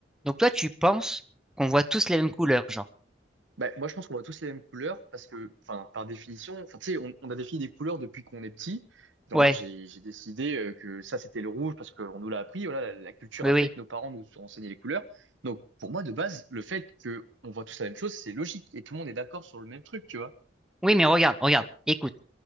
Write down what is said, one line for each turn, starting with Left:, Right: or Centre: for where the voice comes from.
Centre: Donc toi, tu penses qu'on voit tous les mêmes couleurs, genre.
Right: Bah, moi, je pense qu'on voit tous les mêmes couleurs parce que, enfin, par définition, enfin, tu sais, on, on a défini des couleurs depuis qu'on est petit. Genre,
Centre: Ouais,
Right: moi, j'ai, j'ai décidé euh, que ça, c'était le rouge parce qu'on nous l'a appris. Voilà, la, la culture
Centre: oui,
Right: a
Centre: oui.
Right: fait que nos parents nous ont enseigné les couleurs. Donc, pour moi, de base, le fait que on voit tous la même chose, c'est logique et tout le monde est d'accord sur le même truc, tu vois.
Centre: Oui, mais regarde, regarde, écoute.